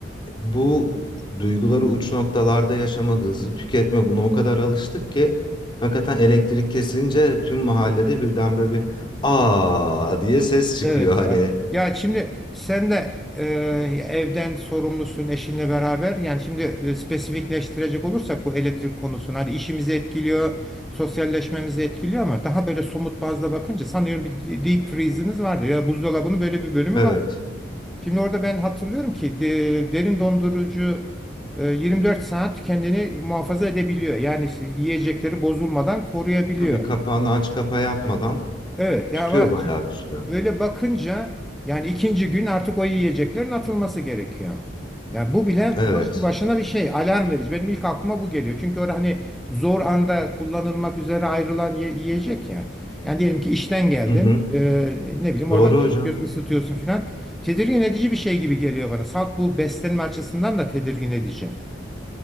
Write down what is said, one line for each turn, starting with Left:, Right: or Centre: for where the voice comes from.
Left: bu duyguları uç noktalarda yaşama, hızlı tüketme buna o kadar alıştık ki hakikaten elektrik kesince tüm mahallede birden böyle bir aa diye ses çıkıyor
Centre: Evet
Left: hani.
Centre: ya. Ya şimdi sen de e, evden sorumlusun eşinle beraber. Yani şimdi e, spesifikleştirecek olursak bu elektrik konusunu. Hadi işimizi etkiliyor, sosyalleşmemizi etkiliyor ama daha böyle somut bazda bakınca sanıyorum bir deep freeze'iniz vardı. Ya buzdolabının böyle bir bölümü
Left: Evet.
Centre: var. Şimdi orada ben hatırlıyorum ki de- derin dondurucu e, 24 saat kendini muhafaza edebiliyor. Yani işte yiyecekleri bozulmadan koruyabiliyor.
Left: Tabii kapağını aç kapa yapmadan
Centre: Evet ya
Left: tutuyor
Centre: ama
Left: bayağı
Centre: ki-
Left: bir süre.
Centre: böyle bakınca yani ikinci gün artık o yiyeceklerin atılması gerekiyor. Yani bu bile
Left: Evet.
Centre: başlı başına bir şey alarm verici. Benim ilk aklıma bu geliyor. Çünkü orada hani zor anda kullanılmak üzere ayrılan ye- yiyecek yani. Yani diyelim ki işten geldin
Left: Hı hı.
Centre: e, ne bileyim
Left: Doğru
Centre: oradan çıkartıyorsun
Left: hocam.
Centre: ısıtıyorsun filan. Tedirgin edici bir şey gibi geliyor bana. Salt bu beslenme açısından da tedirgin edici.